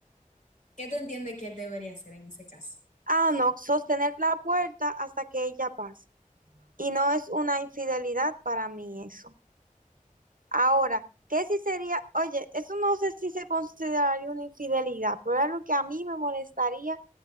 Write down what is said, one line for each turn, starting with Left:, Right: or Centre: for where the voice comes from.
Left: ¿Qué te entiende que él debería hacer en ese caso?
Right: Ah, no, sostener la puerta hasta que ella pase. Y no es una infidelidad para mí eso. Ahora, ¿qué si sería? Oye, eso no sé si se consideraría una infidelidad, pero es algo que a mí me molestaría